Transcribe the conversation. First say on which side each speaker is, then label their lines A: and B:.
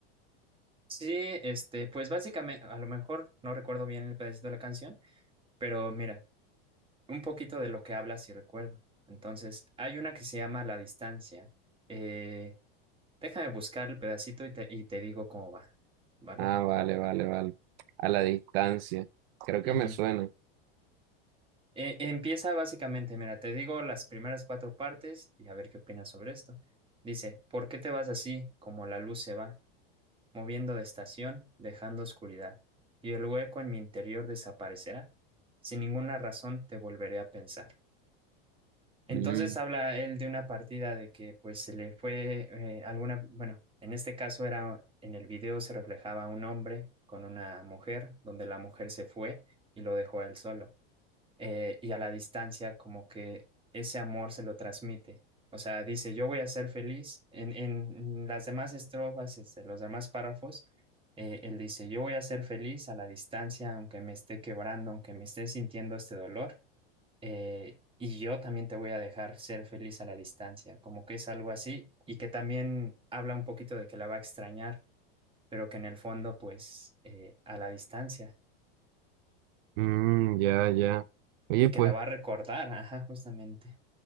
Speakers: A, on the right (about 15°); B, on the right (about 70°).
A: Sí, este, pues básicamente, a lo mejor no recuerdo bien el pedacito de la canción, pero mira, un poquito de lo que habla sí recuerdo. Entonces, hay una que se llama La Distancia. Eh, déjame buscar el pedacito y te, y te digo cómo va, ¿vale?
B: Ah, vale, vale, vale. A la distancia. Creo que
A: Ujú.
B: me suena.
A: Eh, empieza básicamente, mira, te digo las primeras cuatro partes y a ver qué opinas sobre esto. Dice, ¿por qué te vas así como la luz se va, moviendo de estación, dejando oscuridad? Y el hueco en mi interior desaparecerá. Sin ninguna razón te volveré a pensar. Entonces
B: Mm,
A: habla él de una partida de que pues se le fue eh, alguna, bueno, en este caso era, en el video se reflejaba un hombre con una mujer, donde la mujer se fue y lo dejó a él solo eh, y a la distancia como que ese amor se lo transmite. O sea, dice, yo voy a ser feliz. En, en las demás estrofas, este, los demás párrafos, eh, él dice, yo voy a ser feliz a la distancia, aunque me esté quebrando, aunque me esté sintiendo este dolor, eh, y yo también te voy a dejar ser feliz a la distancia, como que es algo así, y que también habla un poquito de que la va a extrañar, pero que en el fondo, pues, eh, a la distancia,
B: mm, ya, ya. Oye,
A: y
B: pues,
A: que la va a recordar, ajá, justamente.